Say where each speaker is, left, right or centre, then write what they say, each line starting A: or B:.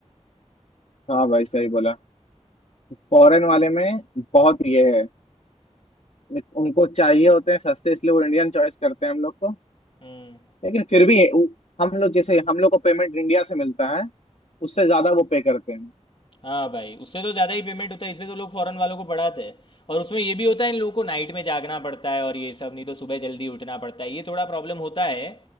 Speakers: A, on the left; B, on the left.
A: हाँ भाई सही बोला फॉरेन वाले में बहुत ये है Like, उनको चाहिए होते हैं सस्ते इसलिए वो इंडियन चॉइस करते हैं हम लोग को
B: हम्म
A: लेकिन फिर भी उ- हम लोग जैसे हम लोग को पेमेंट इंडिया से मिलता है उससे ज्यादा वो पे करते हैं
B: हाँ भाई उससे तो ज़्यादा ही पेमेंट होता है इसलिए तो लोग फॉरेन वालों को पढ़ाते हैं और उसमें ये भी होता है इन लोगों को नाइट में जागना पड़ता है और ये सब नहीं तो सुबह जल्दी उठना पड़ता है ये थोड़ा प्रॉब्लम होता है